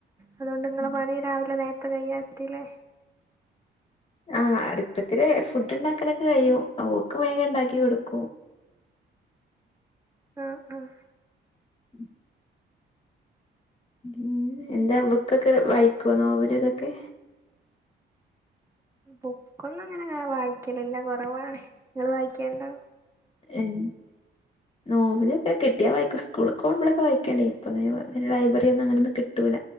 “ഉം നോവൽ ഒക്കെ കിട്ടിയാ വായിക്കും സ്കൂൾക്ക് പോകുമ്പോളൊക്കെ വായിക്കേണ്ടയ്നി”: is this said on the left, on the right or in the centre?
Left